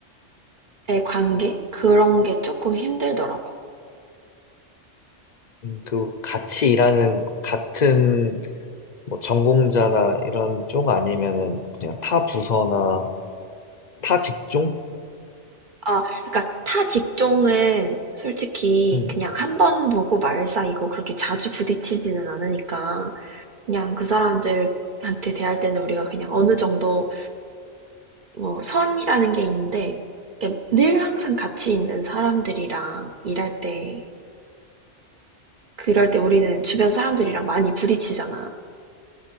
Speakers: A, on the right; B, on the left.
A: 관계? 그런 게 조금 힘들더라고.
B: 음, 그, 같이 일하는, 같은, 뭐, 전공자나 이런 쪽 아니면은, 그냥 타 부서나, 타 직종?
A: 아, 그러니까 타 직종은 솔직히
B: 음,
A: 그냥 한번 보고 말사이고 그렇게 자주 부딪히지는 않으니까 그냥 그 사람들한테 대할 때는 우리가 그냥 어느 정도 뭐 선이라는 게 있는데 그냥 늘 항상 같이 있는 사람들이랑 일할 때 그럴 때 우리는 주변 사람들이랑 많이 부딪히잖아.